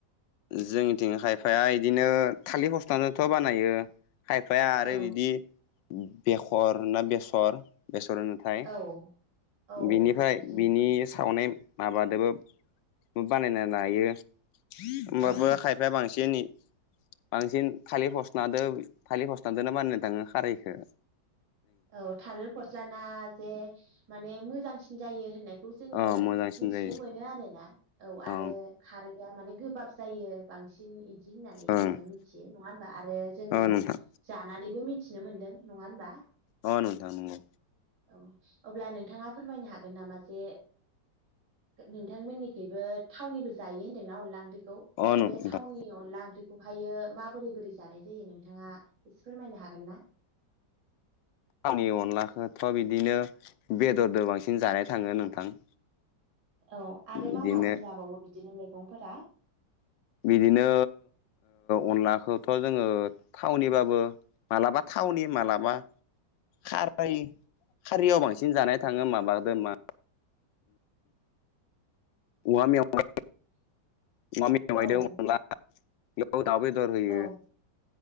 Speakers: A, on the left; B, on the right.
A: जोंनिथिं खायफाया इदिनो थालिर फस्लाजोंथ' बानायो। खायफाया आरो
B: औ
A: बिदि बेखर ना बेसर बेसर होन नाय
B: औ औ
A: बिनिफ्राय
B: बिदिनो
A: बिनि
B: होनो
A: सावनाय माबादोबो न बानायना लायो। होमबाबो
B: औ
A: खायफाया बांसिन बांसिन थालिर फस्लादो थालिर फस्लादोनो बानिनो थाङो खारैखौ।
B: औ थालिर फस्लाना जे माने मोजांसिन जायो होननाय बेखौ जोङो
A: अ मोजांसिन
B: मिथिनो
A: जायो
B: मोनो आरोना। औ आरो
A: ओं
B: खारैआ माने गोबाब जायो बांसिनदि होननानै
A: ओं
B: जोङो मिथियो नङा होनबा आरो जोङो
A: अ नोंथां
B: जानानैबो मिथिनो मोनदों नङा होनबा
A: अ नस आ नंगौ
B: औ अब्ला नोंथाङा फोरमायनो हागोन नामा जे नोंथांमोननिखबो थावनिबो जायो होन्दोंना अनला ओंख्रिखौ
A: अ नोंथां
B: बे थावननि अनला ओंख्रिखौ बेखौहायो माबोरै बोरै जानाय जायो नोंथाङा एसे फोरमायनो हागोन ना?
A: आंनि अनलाखौथ' बिदिनो बेदरजों बांसिन जानाय थाङो नोंथां।
B: औ आरो
A: बिदिनो
B: मा माजों जाबावो बिदिनो मैगंफोरा?
A: बिदिनो अनलाखौथ' जोङो थावनिबाबो मालाबा थावनि मालाबा खारफाय खारियाव बांसिन जानाय थाङो माबादों मा औवा मेवाइ
B: <inaudible>
A: औवा मेवाइदों
B: औ
A: अनला बेयाव दाउ बेदर होयो
B: औ